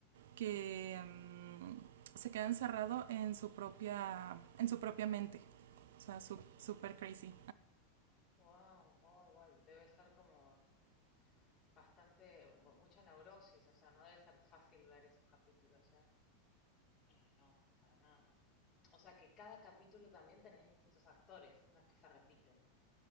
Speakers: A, on the right; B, on the left.
A: que mm, se queda encerrado en su propia, en su propia mente. O sea, súper
B: Ah,
A: crazy.
B: wow, oh, bueno, debe ser como bastante, bu- mucha neurosis, o sea, no debe ser fácil ver esos capítulos, ¿eh? Eh, no, para nada. O sea, que cada capítulo también tenés distintos actores, no es que se repiten.